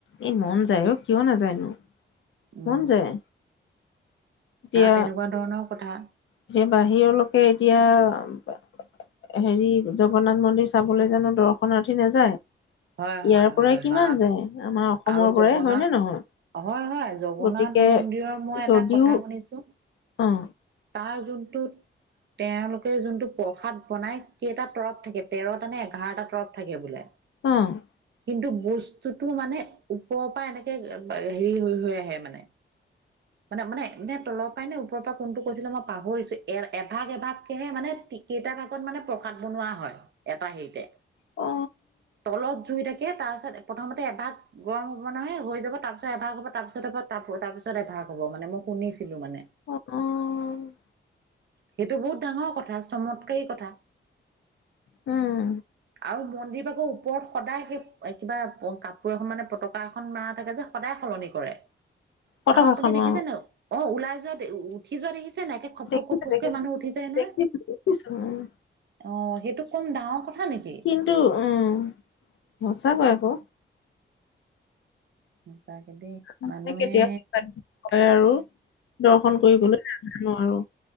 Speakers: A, on the left; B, on the right.
A: এ, মন যায় অ, কিয় নাাজায়নো
B: উম
A: মন যায়। এতিয়া
B: আৰু তেনেকুৱা ধৰণৰ কথা
A: এতিয়া বাহিৰলৈকে এতিয়া হেৰি জগন্নাথ মন্দিৰ চাবলৈ জানো দৰ্শনাৰ্থী নাযায়। ইয়াৰ
B: হয় হয়
A: পৰাই
B: হয়
A: কিমান
B: বা
A: যায় আমাৰ অসমৰ
B: আৰু জগন্নাথ
A: পৰাই হয়নে নহয়।
B: হয়, হয় জগন্নাথ
A: গতিকে
B: মন্দিৰৰ মই এটা
A: যদিও
B: কথা শুনিছো।
A: অ'।
B: তাৰ যোনটোত তেওঁলোকে যোনটো প্ৰসাদ বনাই কেইটা তৰফ থাকে তেৰটা নে এঘাৰটা তৰফ থাকে বোলে।
A: অ'।
B: কিন্তু বস্তুটো মানে ওপৰৰ পৰা এনেকে হেৰি হৈ, হৈ আহে মানে মানে, মানে নে তলৰ পৰাই নে ওপৰ পৰা কোনটো কৈছিলে মই পাহৰিছো এ-এভাগ, এভাগেহে মানে তি কেইটা ভাগত মানে প্ৰসাদ বনোৱা হয় এটা হেৰিতে
A: অ',
B: তলত জুই থাকে তাৰ পাছত প্ৰথমতে এভাগ গৰম হ'ব নহয় হৈ যাব তাৰপিছত এভাগ হ'ব তাৰপিছত এভাগ তাপ হৈ তাৰপিছত এভাগ হ'ব মানে মই শুনিছিলো মানে।
A: অ',
B: সেইটো বহুত ডাঙৰ কথা চমৎকাৰী কথা।
A: উম।
B: আৰু মন্দিৰ ভাগৰ ওপৰত সদায় সেই কিবা কাপোৰ এখন মানে পতকা এখন মৰা থাকে যে সদায় সলনি কৰে।
A: পতাকাখনো
B: আৰু আপুনি দেখিছে নাই অ, ওলাই যোৱা দে ও ও উঠি যোৱা দেখিছে নাই একে খপ,
A: দেখিছোঁ,
B: খপ, খপ, খপ
A: দেখিছোঁ,
B: কে মানুহ উঠি যায় নহয়।
A: দেখিছোঁ, দেখিছোঁ, উম,
B: অ, সেইটো কম ডাঙৰ কথা নেকি।
A: কিন্তু উম, সঁচাকৈ আকৌ। <inaudible>
B: সঁচাকে দেই মানুহে
A: দৰ্শন কৰিবলৈ নাজানো আৰু।